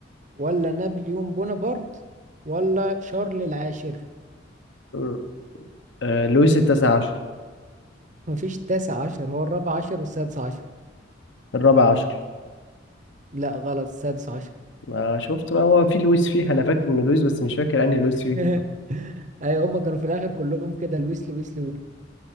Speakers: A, on the right; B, on the left.
A: ولا نابليون بونابرت ولا شارل العاشر
B: مم. آه لويس التاسع عشر
A: مفيش تاسع عشر هو الرابع عشر والسادس عشر
B: الرابع عشر
A: لا غلط السادس عشر
B: ما شفت بقى هو في لويس فيه انا فاكر انه لويس بس مش فاكر انهي لويس فيه
A: <laughs> ايوه هما كانوا في الاخر كلهم كده الويسلي ويسلي ويسلي.